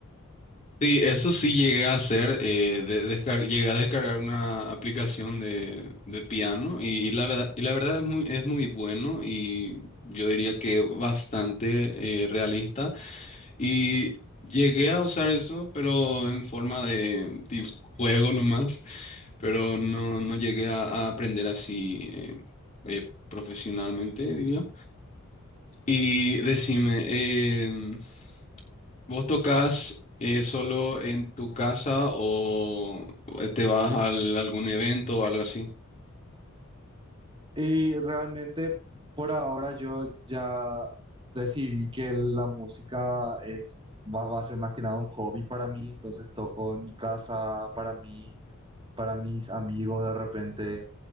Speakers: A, on the left; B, on the right.
A: Sí, eso sí llegué a hacer, eh, de- descar- llegué a descargar una aplicación de, de piano y, la verdad, y la verdad es muy, es muy bueno y yo diría que bastante eh, realista y llegué a usar eso pero en forma de tipo juego nomás, pero no, no llegué a, a aprender así eh, eh, profesionalmente diría. Y decime, em, ¿Vos tocas eh, solo en tu casa o te vas a algún evento o algo así?
B: Y realmente por ahora yo ya decidí que la música es, va, va a ser más que nada un hobby para mí, entonces toco en mi casa, para mí, para mis amigos de repente,